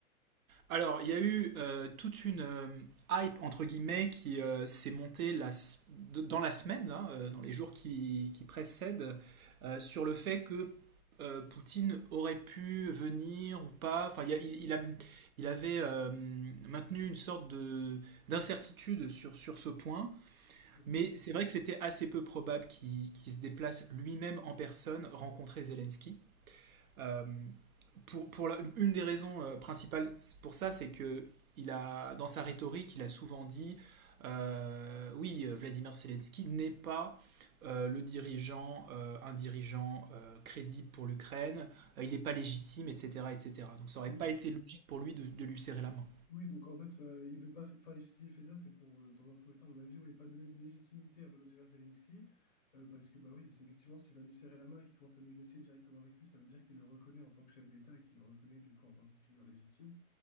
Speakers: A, on the right; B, on the left.
A: Alors, il y a eu euh, toute une euh, hype, entre guillemets, qui euh, s'est montée la s- de- dans la semaine, là, euh, dans les jours qui, qui précèdent, euh, sur le fait que euh, Poutine aurait pu venir ou pas. Enfin, il, y a- il- il a- il avait euh, maintenu une sorte de, d'incertitude sur, sur ce point.
B: Mhm.
A: Mais c'est vrai que c'était assez peu probable qu'il qu'il se déplace lui-même en personne rencontrer Zelensky. Euh, pour, pour la- une des raisons euh, principales pour ça, c'est que il a, dans sa rhétorique, il a souvent dit euh, oui, euh, Vladimir Zelensky n'est pas euh, le dirigeant, euh, un dirigeant euh, crédible pour l'Ukraine, euh, il n'est pas légitime, etc., etc. Donc ça n'aurait
B: Oui,
A: pas été logique pour lui de, de lui serrer la main.
B: Oui, donc en fait, euh, il veut pas, fa- enfin, il- s'il fait ça, c'est pour, euh, dans un premier temps, à mon avis, ouais, pas donner de légitimité à Volodymyr Zelensky, euh, parce que, bah oui, c'est effectivement, s'il va lui serrer la main et qu'il commence à négocier directement avec lui, ça veut dire qu'il le reconnaît en tant que chef d'État et qu'il le reconnaît, du coup, en tant que figure légitime.